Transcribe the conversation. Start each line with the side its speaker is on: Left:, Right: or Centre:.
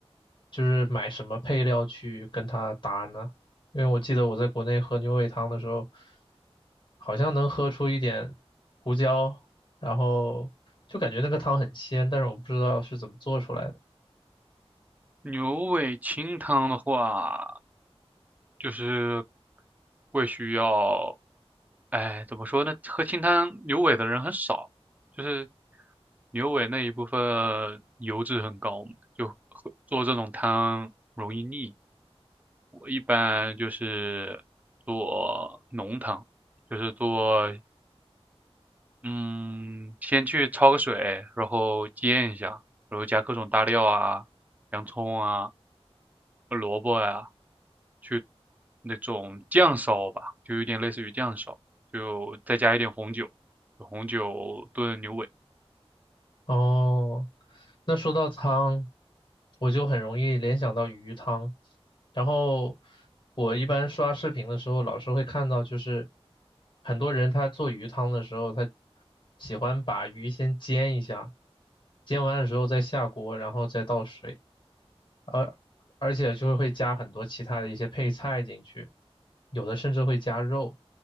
Left: 就是买什么配料去跟它搭呢？因为我记得我在国内喝牛尾汤的时候，好像能喝出一点胡椒，然后就感觉那个汤很鲜，但是我不知道是怎么做出来的。
Right: 牛尾清汤的话，就是会需要，哎，怎么说呢？喝清汤牛尾的人很少，就是牛尾那一部分油脂很高嘛就喝做这种汤容易腻。我一般就是做浓汤，就是做嗯，先去焯个水，然后煎一下，然后加各种大料啊，洋葱啊，呃萝卜呀、去那种酱烧吧，就有点类似于酱烧，就再加一点红酒，红酒炖牛尾。
Left: 哦，那说到汤，我就很容易联想到鱼汤。然后我一般刷视频的时候，老是会看到，就是很多人他做鱼汤的时候，他喜欢把鱼先煎一下，煎完了之后再下锅，然后再倒水。而而且就是会加很多其他的一些配菜进去，有的甚至会加肉。